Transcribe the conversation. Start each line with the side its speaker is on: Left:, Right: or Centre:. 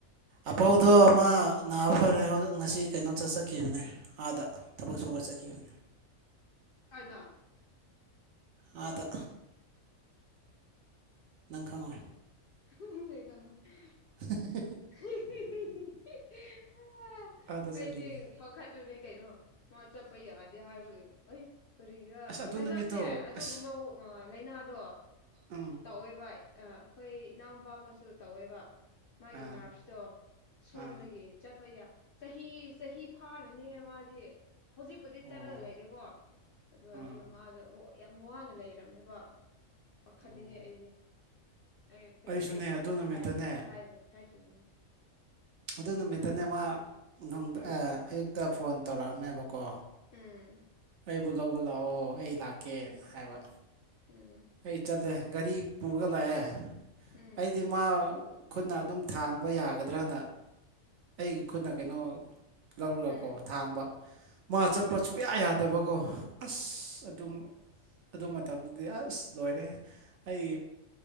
Right: ꯑꯄꯧꯗꯣ ꯃ ꯅꯥꯕ ꯐꯔꯦ ꯍꯧꯖꯤꯛ ꯉꯁꯤ ꯀꯩꯅꯣ ꯆꯠꯆꯈꯤꯕꯅꯦ ꯑꯥꯗ ꯊꯕꯛ ꯁꯨꯕ ꯆꯠꯈꯤ <inaudible>
Left: ꯀꯥꯏꯗ
Right: ꯑꯥꯗ ꯅꯪ ꯈꯪꯉꯣꯏ
Left: <unintelligible>
Right: <inaudible>
Left: <inaudible>
Right: ꯑꯥꯗ
Left: ꯑꯩꯗꯤ
Right: ꯆꯠꯈꯤꯕꯅꯦ
Left: ꯄꯥꯈꯠꯂꯨꯔꯦ ꯀꯩꯅꯣ ꯃ ꯆꯠꯄ ꯌꯥꯗꯦ ꯍꯥꯏꯕꯒꯤ ꯍꯩ ꯀꯔꯤꯒꯤꯔꯥ
Right: ꯑꯁ ꯑꯗꯨ
Left: ꯍꯟꯗꯛꯁꯦ
Right: ꯅꯨꯃꯤꯠꯇꯣ
Left: ꯑꯗꯨꯒꯨꯝꯕ
Right: ꯑꯁ
Left: ꯂꯩꯅ ꯃꯥꯗꯣ
Right: ꯎꯝ
Left: ꯇꯧꯋꯦꯕ ꯑ ꯑꯩꯈꯣꯏ ꯏꯅꯥꯎꯄ ꯑꯃꯁꯨ ꯇꯧꯋꯦꯕ ꯃꯥꯒꯤ
Right: ꯑꯥ
Left: ꯅꯔꯞꯁꯇꯣ ꯁꯣꯟꯕꯒꯤ
Right: ꯑꯥ
Left: ꯆꯠꯄ ꯌꯥ ꯆꯍꯤ ꯆꯍꯤ ꯐꯥꯔꯅꯦ ꯃꯥꯗꯤ ꯍꯧꯖꯤꯛꯄꯨꯗꯤ
Right: ꯑꯣ
Left: ꯆꯠꯂꯒ ꯂꯩꯔꯦꯀꯣ ꯑꯗꯨ ꯑꯣꯏꯔꯁꯨ
Right: ꯑꯥ
Left: ꯃꯥꯗꯣ ꯌꯥꯝ ꯋꯥꯅ ꯂꯩꯔꯝꯃꯦꯕ ꯄꯥꯈꯠꯂꯤꯍꯦ
Right: ꯑꯣ
Left: ꯑꯩꯁꯦ ꯑꯩ ꯐꯖꯅ
Right: ꯑꯩꯁꯨꯅꯦ
Left: ꯌꯦꯡꯊꯣꯛꯑꯣ
Right: ꯑꯗꯨ ꯅꯨꯃꯤꯠꯇꯅꯦ
Left: ꯍꯥꯏꯔ ꯍꯥꯏꯕ ꯍꯥꯏꯈꯤꯕꯅꯦ
Right: ꯑꯗꯨ ꯅꯨꯃꯤꯠꯇꯅꯦ ꯃꯥ ꯅꯨꯡ
Left: ꯎꯝ
Right: ꯑꯌꯨꯛꯇ ꯐꯣꯟ ꯇꯧꯔꯛꯑꯝꯃꯦꯕꯀꯣ
Left: ꯎꯝ
Right: ꯑꯩꯕꯨ ꯂꯧꯕ ꯂꯥꯛꯑꯣ ꯑꯩ ꯂꯥꯛꯀꯦꯅ ꯍꯥꯏꯕ
Left: ꯎꯝ
Right: ꯑꯩ ꯆꯠꯂꯦ ꯒꯥꯔꯤ ꯄꯨꯔꯒ ꯂꯥꯛꯑꯦ
Left: ꯎꯝ
Right: ꯑꯩꯗꯤ ꯃꯥ ꯈꯨꯠꯅ ꯑꯗꯨꯝ ꯊꯥꯡꯕ ꯌꯥꯒꯗ꯭ꯔꯅ ꯑꯩꯒꯤ ꯈꯨꯠꯅ ꯀꯩꯅꯣ ꯂꯧꯔꯒꯀꯣ
Left: ꯎꯝ
Right: ꯊꯥꯡꯕ ꯃꯥ ꯆꯠꯄ
Left: ꯎꯝ
Right: ꯁꯨꯡꯛꯌꯥ ꯌꯥꯗꯕ ꯑꯁ ꯑꯗꯨꯝ ꯑꯗꯨ ꯃꯇꯝꯗꯗꯤ ꯑꯁ ꯂꯣꯏꯔꯦ ꯑꯩ